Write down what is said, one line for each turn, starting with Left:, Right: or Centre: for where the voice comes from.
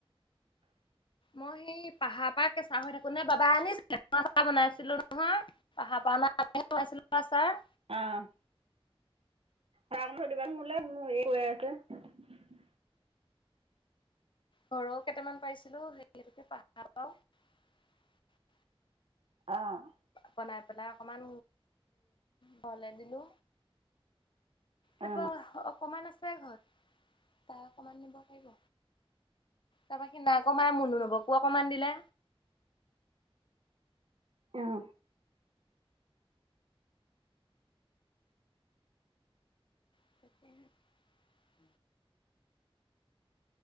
Left: মই সেই পাহাৰ পৰা কেঁচা হৈ থাকোঁ নে বাবা আনি <unintelligible> আচাৰ বনাইছিলোঁ নহয়। পাহাৰৰ পৰা অনা আম খুৱাইছিলোঁ আচাৰ।
Right: অ'। ভৰাই অকণ থৈ দিবা মোলৈ। মোৰ শেষ হৈ আছে।
Left: ঘৰৰ কেইটামান পাৰিছিলোঁ। সেইটোকে <unintelligible>
Right: অ'।
Left: বনাই পেলাই অকমান ঘৰলে দিলোঁ। তপা
Right: অ
Left: অকমান আছে ঘৰত। তাৰ অকমান নিব পাৰিব। তাৰপা সি নাকমাই মনো লব। কো অকমান দিলে।
Right: অ'।
Left: <inaudible>